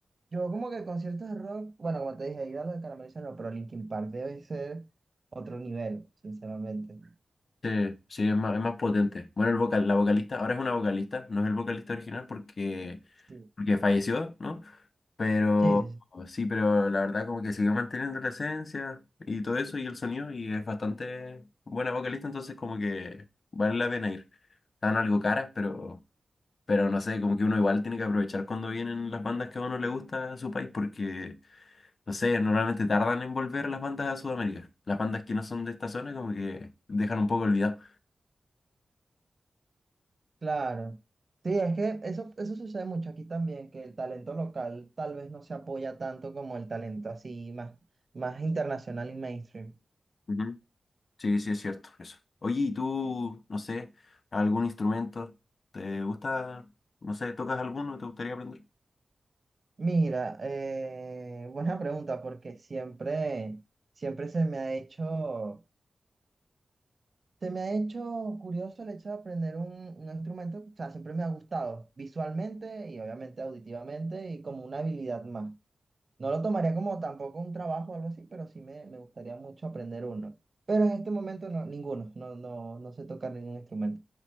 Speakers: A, on the right (about 35°); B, on the left (about 55°).
A: Yo como que conciertos de rock, bueno, como te dije, he ido a los de Carameliza, no, pero Linkin Park debe ser otro nivel, sinceramente.
B: Sí, sí, es más, es más potente. Bueno, el vocal, la vocalista, ahora es una vocalista, no es el vocalista original porque,
A: Sí.
B: porque falleció, ¿no? Pero
A: Sí, sí, sí,
B: sí, pero la verdad como que siguió manteniendo la esencia y todo eso y el sonido y es bastante buena vocalista, entonces como que vale la pena ir. Están algo caras, pero, pero no sé, como que uno igual tiene que aprovechar cuando vienen las bandas que a uno le gusta a su país porque No sé, normalmente tardan en volver las bandas a Sudamérica. Las bandas que no son de esta zona como que dejan un poco olvidado.
A: claro. Sí, es que eso, eso sucede mucho aquí también, que el talento local tal vez no se apoya tanto como el talento así más, más internacional y mainstream.
B: Ujú. Sí, sí, es cierto, eso. Oye, ¿y tú, no sé, algún instrumento? ¿Te gusta, no sé, tocas alguno? ¿Te gustaría aprender?
A: Mira, eh, buena pregunta, porque siempre, siempre se me ha hecho... Se me ha hecho curioso el hecho de aprender un, un instrumento, o sea, siempre me ha gustado visualmente y obviamente auditivamente y como una habilidad más. No lo tomaría como tampoco un trabajo o algo así, pero sí me, me gustaría mucho aprender uno. Pero en este momento no, ninguno, no, no, no sé tocar ningún instrumento.